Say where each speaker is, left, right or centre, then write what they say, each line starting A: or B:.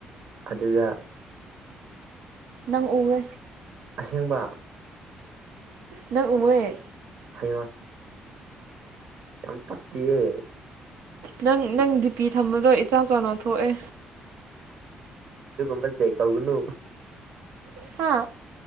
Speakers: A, on the right (about 60°); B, on the right (about 80°).
A: ꯑꯗꯨꯗꯅ
B: ꯅꯪ ꯎꯦ
A: ꯑꯁꯦꯡꯕ
B: ꯅꯪ ꯎꯃꯣꯏꯦ
A: ꯍꯥꯏꯌꯦꯡ ꯌꯥꯝ ꯄꯛꯇꯤꯌꯦ
B: ꯅꯪ ꯅꯪ ꯗꯤꯄꯤ ꯊꯝꯕꯗꯣ ꯏꯆꯥꯎ ꯆꯥꯎꯅ ꯊꯣꯛꯑꯦ
A: ꯝꯕꯜ ꯁꯦꯦꯛ ꯇꯎꯒꯅ
B: ꯍꯥ